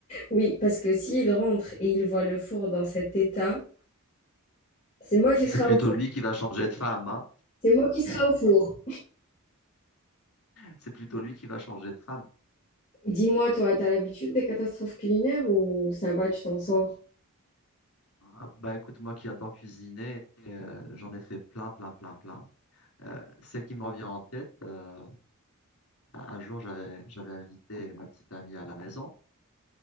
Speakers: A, on the left; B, on the left.
A: Oui, parce que s'il rentre et il voit le four dans cet état, c'est moi qui
B: c'est
A: sera
B: plutôt
A: au four.
B: lui qui va changer de femme, hein.
A: C'est moi qui sera au four.
B: C'est plutôt lui qui va changer de femme.
A: Et dis-moi, toi, t'as l'habitude des catastrophes culinaires ou ça va, tu t'en sors?
B: Ah, bah écoute, moi qui adore cuisiner, euh, j'en ai fait plein, plein, plein, plein. Euh, celle qui me revient en tête, euh, un jour, j'avais, j'avais invité ma petite amie à la maison.